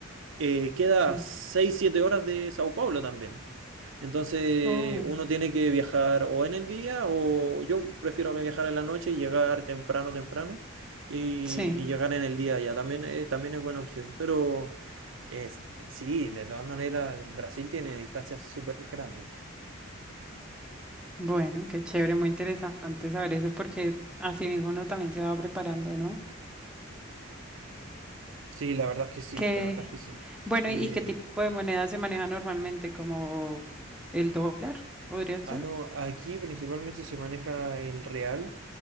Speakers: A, on the right (about 65°); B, in the centre.
A: eh, queda
B: sí,
A: 6 7 horas de Sao Paulo también. Entonces
B: uy,
A: uno tiene que viajar o en el día o yo prefiero que viajar en la noche y llegar temprano, temprano y,
B: sí.
A: y llegar en el día ya. También, eh, también es buena opción. Pero es, sí, de todas maneras, Brasil tiene distancias súper grandes.
B: Bueno, qué chévere, muy interesante saber eso porque así mismo uno también se va preparando, ¿no?
A: Sí, la verdad es que sí,
B: Que,
A: la verdad es que sí.
B: bueno,
A: Eh,
B: ¿y qué tipo de moneda se maneja normalmente? ¿Como el dólar? ¿Podría ser?
A: Ah, no, aquí principalmente se maneja el real,